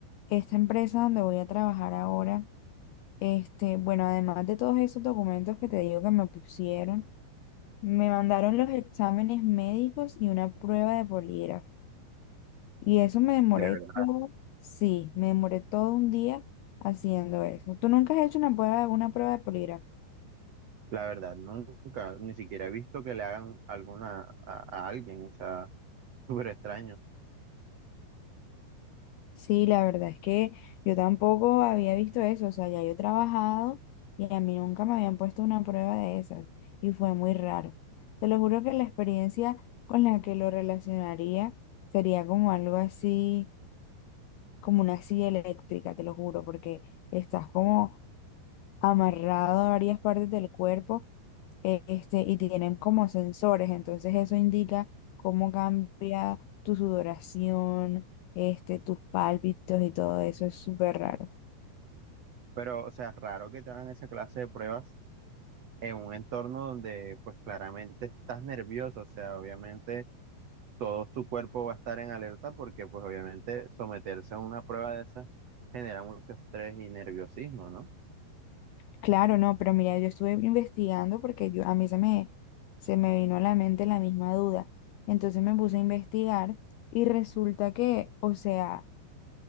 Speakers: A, on the left (about 90°); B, on the right (about 85°).
A: esta empresa donde voy a trabajar ahora, este, bueno, además de todos esos documentos que te digo que me pusieron, me mandaron los exámenes médicos y una prueba de polígrafo. Y eso me demoré
B: De verdad,
A: todo, sí, me demoré todo un día haciendo eso. ¿Tú nunca has hecho una prueba, una prueba de polígrafo?
B: la verdad, nunca, ni siquiera he visto que le hagan alguna a, a alguien, o sea, <laughs> súper extraño.
A: Sí, la verdad es que yo tampoco había visto eso, o sea, ya yo he trabajado y a mí nunca me habían puesto una prueba de esas y fue muy raro. Te lo juro que la experiencia con la que lo relacionaría sería como algo así, como una silla eléctrica, te lo juro, porque estás como amarrado a varias partes del cuerpo eh, este, y tienen como sensores, entonces eso indica cómo cambia tu sudoración, este, tus pálpitos y todo eso, es súper raro.
B: Pero, o sea, raro que te hagan esa clase de pruebas en un entorno donde, pues, claramente estás nervioso, o sea, obviamente todo tu cuerpo va a estar en alerta porque pues obviamente someterse a una prueba de esa genera mucho estrés y nerviosismo, ¿no?
A: Claro, no, pero mira, yo estuve investigando porque yo, a mí se me, se me vino a la mente la misma duda, entonces me puse a investigar y resulta que, o sea,